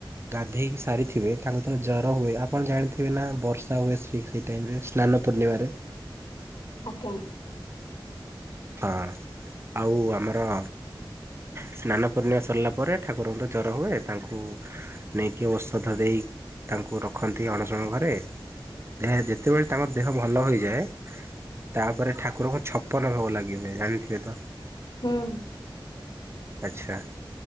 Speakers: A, on the right; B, on the left.
A: ଗାଧେଇକି ସାରିଥିବେ, ତାଙ୍କୁ ଥରେ ଜର ହୁଏ, ଆପଣ ଜାଣିଥିବେ ନା? ବର୍ଷା ହୁଏ, ସି ସି ଟାଇମ୍ରେ ସ୍ନାନ ପୂର୍ଣ୍ଣିମାରେ।
B: ଆଜ୍ଞା।
A: ହଁ, ଆଉ ଆମର ସ୍ନାନ ପୂର୍ଣ୍ଣିମା ସରିଲା ପରେ ଠାକୁରଙ୍କୁ ତ ଜର ହୁଏ ତାଙ୍କୁ ନେଇକି ଔଷଧ ଦେଇ ତାଙ୍କୁ ରଖନ୍ତି ଅଣସଣ ଘରେ। ଦେହା ଯେତେବେଳେ ତାଙ୍କର ଦେହ ଭଲ ହୋଇଯାଏ
B: ହଁ
A: ତାପରେ ଠାକୁରଙ୍କୁ ଛପନ ଭୋଗ ଲାଗି ହୁଏ ଜାଣିଥିବେ ତ?
B: ହଁ।
A: ଆଚ୍ଛା।